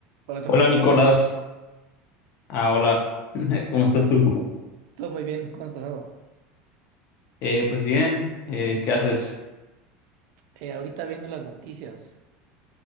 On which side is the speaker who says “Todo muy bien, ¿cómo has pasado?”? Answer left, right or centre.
Right